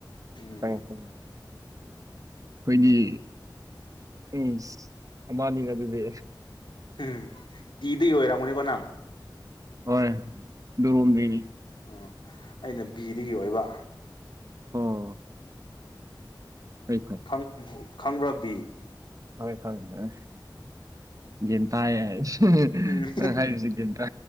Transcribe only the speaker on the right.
ꯈꯪꯉꯦ ꯈꯪꯉꯦ ꯑꯩꯈꯣꯏꯗꯤ ꯎꯝ ꯑꯃꯍꯅꯤꯅ ꯑꯗꯨꯗꯤ
ꯍꯣꯏ ꯗꯨꯒꯨꯝꯕꯤꯅꯤ
ꯑꯣ ꯐꯩ ꯐꯩ
ꯈꯪꯉꯦ ꯈꯪꯉꯦ ꯉꯦ ꯒꯟ ꯇꯥꯏꯌꯦ ꯍꯥꯏꯁꯦ
ꯅꯪ ꯍꯥꯏꯔꯤꯁꯤ ꯒꯦꯟ ꯇꯥ